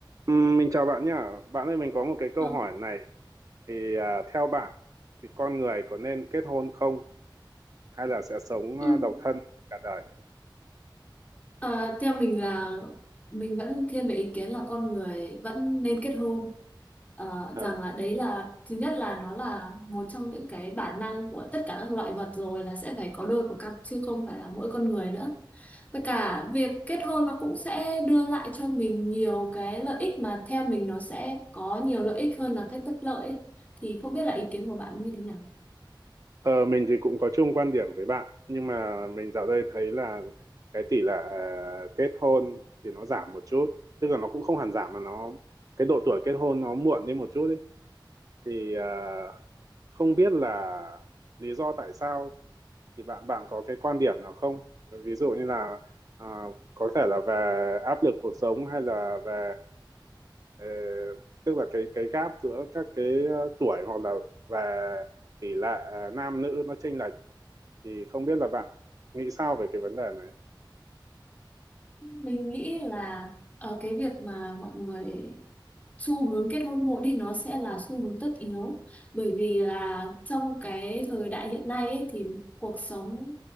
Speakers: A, on the right; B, on the left.
A: Ừm, Mình chào bạn nhá. Bạn ơi, mình có một cái câu
B: Vâng.
A: hỏi này. Thì à, theo bạn, thì con người có nên kết hôn không? Hay là sẽ sống
B: Ừ.
A: à, độc thân cả đời?
B: Ờ, theo mình là mình vẫn thiên về ý kiến là con người vẫn nên kết hôn Ờ,
A: À.
B: rằng là đấy là thứ nhất là nó là một trong những cái bản năng của tất cả các loại vật rồi là sẽ phải có đôi có cặp chứ không phải là mỗi con người nữa với cả việc kết hôn nó cũng sẽ đưa lại cho mình nhiều cái lợi ích mà theo mình nó sẽ có nhiều lợi ích hơn là cái bất lợi ấy. Thì không biết là ý kiến của bạn như thế nào
A: Ờ, mình thì cũng có chung quan điểm với bạn. Nhưng mà mình dạo đây thấy là cái tỷ lệ à, kết hôn thì nó giảm một chút. Tức là nó cũng không hẳn giảm mà nó... Cái độ tuổi kết hôn nó muộn đi một chút ý. thì à, không biết là lý do tại sao thì bạn bạn có cái quan điểm nào không? Ví dụ như là à, có thể là về áp lực cuộc sống hay là về ờ, tức là cái cái gap giữa các cái ờ, tuổi hoặc là về tỷ lệ ờ, nam nữ nó chênh lệch thì không biết là bạn nghĩ sao về cái vấn đề này?
B: mình nghĩ là ờ, cái việc mà mọi người xu hướng kết hôn muộn thì nó sẽ là xu hướng tất yếu bởi vì là trong cái thời đại hiện nay ấy, thì cuộc sống